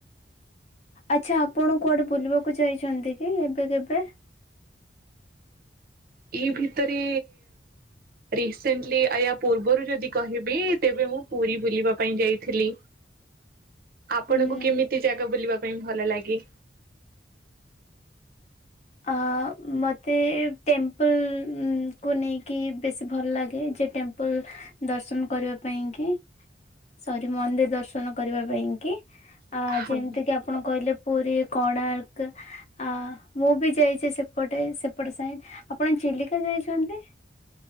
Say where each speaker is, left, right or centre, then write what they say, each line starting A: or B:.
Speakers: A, on the left (about 40°); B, on the right (about 55°).
A: ଆଚ୍ଛା ଆପଣ କୁଆଡ଼େ ବୁଲିବାକୁ ଯାଇଛନ୍ତିକି ଏବେ କେବେ?
B: ଏଇ ଭିତରେ ରିସେଣ୍ଟଲି ଆୟା ପୂର୍ବରୁ ଯଦି କହିବି ତେବେମୁ ପୁରୀ ବୁଲିବା ପାଇଁ ଯାଇଥିଲି।
A: <unintelligible>
B: ଆପଣଙ୍କୁ
A: ହୁଁ
B: କେମିତି ଜାଗା ବୁଲିବା ପାଇଁ ଭଲ ଲାଗେ?
A: ଅ ମତେ ଟେମ୍ପଲଉକୁ ନେଇକି ବେଶୀ ଭଲ ଲାଗେ ଯେ ଟେମ୍ପଲ ଦର୍ଶନ କରିବା ପାଇଁକି ସରି ମନ୍ଦିର ଦର୍ଶନ କରିବା ପାଇଁକି ଆଁ
B: ହଁ
A: ଯେମିତିକିି ଆପଣ କହିଲେ ପୁରୀ କୋଣାର୍କ ଆ ମୁଁବି ଯାଇଚି ସେପଟେ ସେପଟେ ସାଇଟ୍ ଆପଣ ଚିଲିକା ଯାଇଚନ୍ତି?